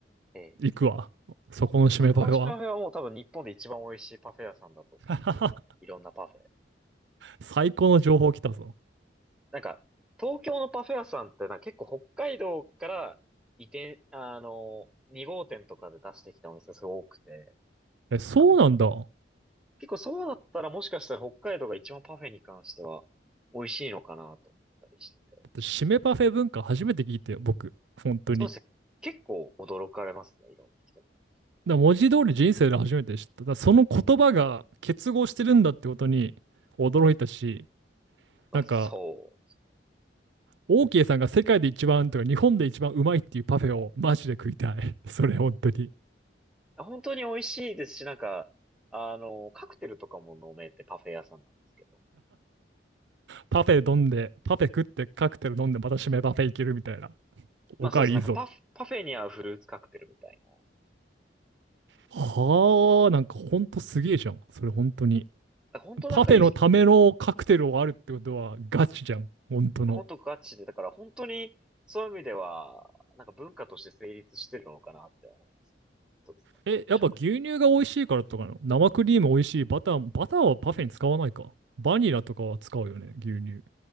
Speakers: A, in the centre; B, on the right.
A: ええ、
B: に行くわ。そこの締めパフェは。
A: そこの締めパフェはもう多分日本で一番美味しいパフェ屋さんだと思ってるのでいろんなパフェ。
B: <laughs> 最高の情報来たぞ。
A: なんか、東京のパフェ屋さんってなんか結構北海道から移転、あの、2号店とかで出してきたお店すごく多くて、
B: え、そうなんだ。
A: なんか、
B: だ
A: 結構そうだったらもしかしたら北海道が一番パフェに関しては美味しいのかなと思ったりしてて。
B: って締めパフェ文化初めて聞いたよ、僕。本当に。
A: そうですね。結構驚かれますね、いろんな人に。
B: だから文字通り人生で初めて知った。だからその言葉が結合してるんだってことに驚いたし、
A: まあ、
B: なんか、
A: そう
B: オーケーさんが世界で一番とか日本で一番うまいっていうパフェをマジで食いたい。<laughs> それ本当に。
A: 本当に美味しいですし、なんか、あの、カクテルとかも飲めてパフェ屋さんなんですけど。
B: パフェ飲んで、パフェ食ってカクテル飲んでまた締めパフェいけるみたいな。おかわりいいぞ。
A: まあそうです。なんかパフ、パフェに合うフルーツカクテルみたいな。だ
B: はあ、なんかほんとすげえじゃん。それ本当に。
A: から本当なんかいい、
B: パフェのためのカクテルをあるってことはガチじゃん。本当の。
A: 本当ガチで、だから本当にそういう意味では、なんか文化として成立してるのかなって思いますね。一つの食。
B: え、やっぱ牛乳が美味しいからとかなの生クリーム美味しい。バター、バターはパフェに使わないか。バニラとかは使うよね、牛乳。